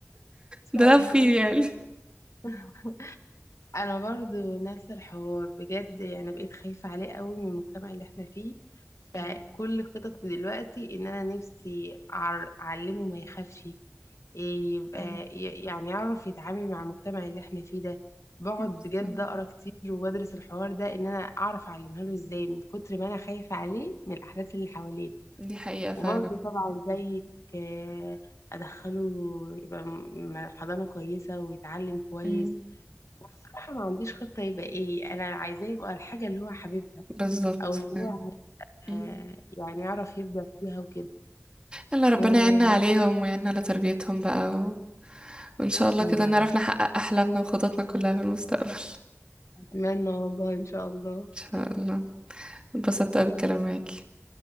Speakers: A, on the left (about 85°); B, on the right (about 20°).
A: شاء
B: ده لو
A: الله
B: في يعني
A: <laughs> انا برضو نفس الحوار بجد يعني بقيت خايفة عليه قوي من المجتمع اللي احنا فيه
B: مم.
A: فكل خططي دلوقتي ان انا نفسي أعر- اعلمه ما يخافش إيه يبقى
B: مم.
A: ي- يعني يعرف يتعامل مع المجتمع اللي احنا فيه ده بقعد
B: بالظبط.
A: بجد اقرا كتير وبدرس الحوار ده ان انا اعرف اعلمها له ازاي من كتر ما انا خايفة عليه من الاحداث اللي حواليه
B: دي حقيقة فعلا
A: وبرضه طبعا زيك آه، أدخله يبقى م- حضانة كويسة ويتعلم كويس
B: مم.
A: والصراحة ما عنديش خطة يبقى إيه أنا عايزاه يبقى الحاجة اللي هو حاببها
B: بالظبط
A: أو اللي
B: فعلا.
A: هو
B: مم.
A: آه، يعني يعرف يبدع فيها وكده
B: يلا ربنا
A: وآمين
B: يعيننا عليهم ويعيننا على تربيتهم بقى و... وإن شاء الله كده
A: يا
B: نعرف
A: رب
B: نحقق أحلامنا وخططنا كلها في المستقبل <laughs>
A: أتمنى والله إن شاء الله
B: إن شاء الله اتبسطت أوي بالكلام معاكي